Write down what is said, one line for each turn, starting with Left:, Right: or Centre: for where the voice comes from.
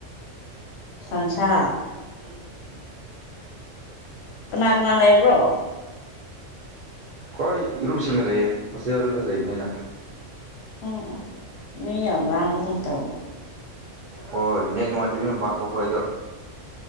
Left: ꯁꯟꯁꯥ
Right: ꯕꯨꯂꯤꯂꯦꯟ
Left: ꯀꯅꯥ ꯀꯅꯥ ꯂꯩꯕ꯭ꯔꯣ
Right: ꯈ‌ꯣꯏ ꯏꯔꯨꯞꯁꯤꯡꯒ ꯂꯩꯌꯦ ꯍꯣꯁꯇꯦꯜꯗ ꯂꯩꯕꯅꯤꯅ
Left: ꯎꯝꯎꯝ ꯃꯤ ꯌꯥꯝ ꯂꯥꯡꯕꯒꯨꯝ ꯇꯧ
Right: ꯍꯣꯏ ꯅꯦꯠ ꯅꯨꯉꯥꯏꯇꯕꯩ ꯃꯄꯥꯟ ꯊꯣꯛꯄ ꯑꯩꯗꯣ